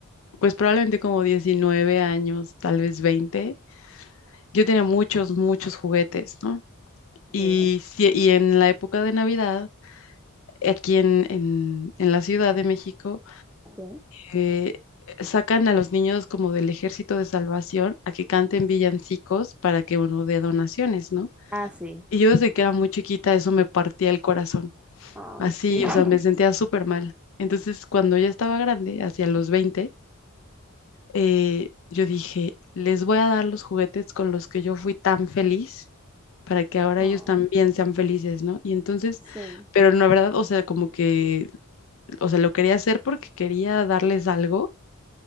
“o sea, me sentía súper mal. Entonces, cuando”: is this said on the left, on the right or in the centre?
Left